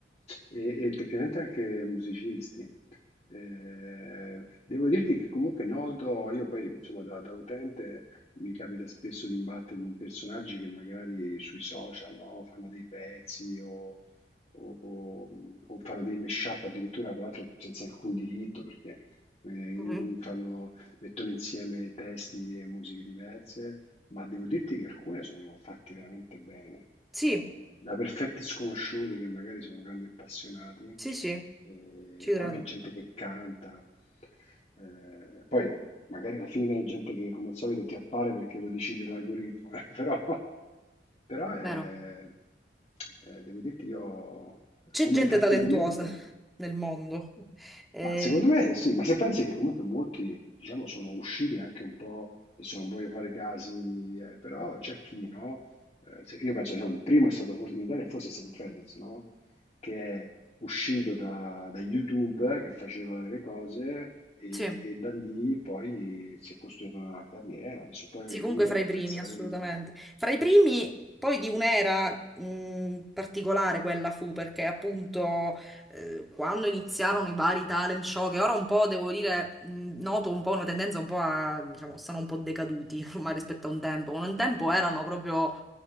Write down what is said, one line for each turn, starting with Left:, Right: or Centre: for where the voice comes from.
Left: E, e tecnicamente anche musicisti. Eh, devo dirti che comunque noto, io poi insomma da, da utente mi capita spesso di imbattermi in personaggi che magari sui social, no? Fanno dei pezzi o, o- o- o fanno dei mashup addirittura, peraltro senza alcun diritto, perché eh,
Centre: Mhm.
Left: fanno- mettono insieme testi e musiche diverse, ma devo dirti che alcune sono fatte veramente bene,
Centre: Sì,
Left: no? Da perfetti sconosciuti che magari sono grandi appassionati,
Centre: sì, sì,
Left: eh,
Centre: ci
Left: o
Centre: credo.
Left: anche gente che canta. Eh, poi Magari alla fine è gente che come al solito ti appare perché lo decide l'algoritmo, eh, <laughs> però, però è,
Centre: Vero?
Left: eh, devo dirti io,
Centre: C'è
Left: come
Centre: gente
Left: intrattenimento,
Centre: talentuosa nel mondo. Eh,
Left: ma secondo me sì, ma se pensi che comunque molti, diciamo, sono usciti anche un po', adesso non voglio fare casi, eh, però c'è chi, no? Eh, se- io penso, diciamo, il primo è stato forse in Italia, forse è stato Fedez, no? che è uscito da, da YouTube, che faceva delle cose e,
Centre: Sì.
Left: e da lì poi si è costruita una carriera. Adesso poi
Centre: Sì, comunque
Left: uno
Centre: fra
Left: può
Centre: i primi,
Left: apprezzare
Centre: assolutamente.
Left: o meno.
Centre: Fra i primi, poi di un'era mh, particolare quella fu, perché appunto eh, quando iniziarono i vari talent show, che ora un po', devo dire, mh, noto un po' una tendenza un po' a, diciamo, stanno un po' decaduti <laughs> ormai rispetto a un tempo. Un tempo erano proprio,